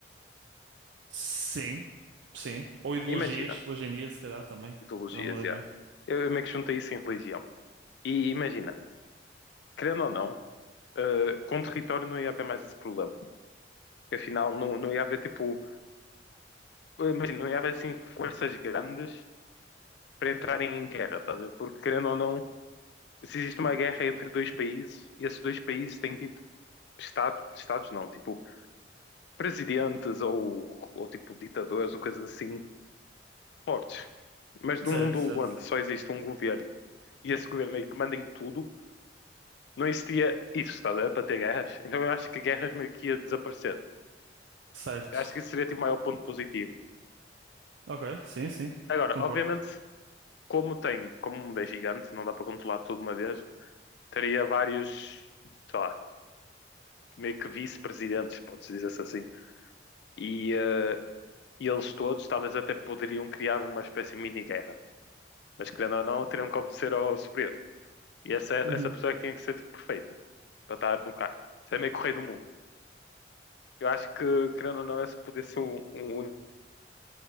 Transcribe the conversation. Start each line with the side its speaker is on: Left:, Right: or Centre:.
Right: sim, sim. Ou ideologias,
Left: Imagina,
Right: hoje em dia, se calhar, também.
Left: ideologias,
Right: Também é uma das
Left: já.
Right: grandes.
Left: Eu, eu meio que juntei isso em religião. E imagina, querendo ou não, uh, com território não ia haver mais esse problema. Porque, afinal, não, não ia haver, tipo, uh, imagina, não ia haver, assim, forças grandes para entrarem em guerra, tá? a ver? Porque, querendo ou não, se existe uma guerra entre dois países, e esses dois países têm, tipo, Estado, estados não, tipo presidentes ou, ou tipo ditadores ou coisas assim fortes. Mas num
Right: Certo,
Left: mundo
Right: certo,
Left: onde só existe um governo e esse governo meio que manda em tudo, não existia isso, está a ver? Para ter guerras. Então eu acho que guerras meio que ia desaparecer.
Right: certo.
Left: Eu acho que isso seria tipo, o maior ponto positivo.
Right: Ok, sim, sim.
Left: Agora,
Right: Concordo.
Left: obviamente, como tem, como o mundo é gigante, não dá para controlar tudo de uma vez, teria vários, sei lá, meio que vice-presidentes, pode-se dizer assim. E eh, e eles todos talvez até poderiam criar uma espécie de mini-guerra, mas querendo ou não, teriam que obedecer ao superior. E essa, essa
Right: Uhum.
Left: pessoa é que tinha que ser tipo perfeita para estar no cargo. Isso é meio correio do mundo. Eu acho que, querendo ou não, esse poder ser um, um,